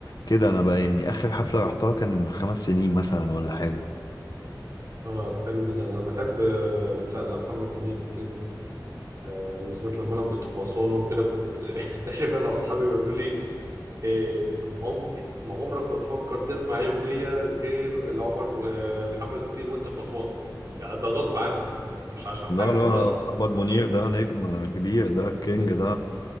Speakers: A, on the left; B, on the right.
A: كده انا بقى يعني اخر حفله رحتها كان من خمس سنين مثلا ولا حاجه
B: اه ده حلو جدا انا بحب آه، بتاع ده محمد منير الكينج آه، بالذات لما انا كنت في اسوان وكده كنت <laughs> تقريبا اصحابي بيقولوا لي إيه، عم- ما عمرك ما تفكر تسمع اي اغنيه غير لعمر آه، محمد منير وانت في اسوان يعني ده غصب عني مش عشان
A: لا
B: حاجه
A: لا
B: ده غلط
A: محمد منير ده نجم كبير ده كينج ده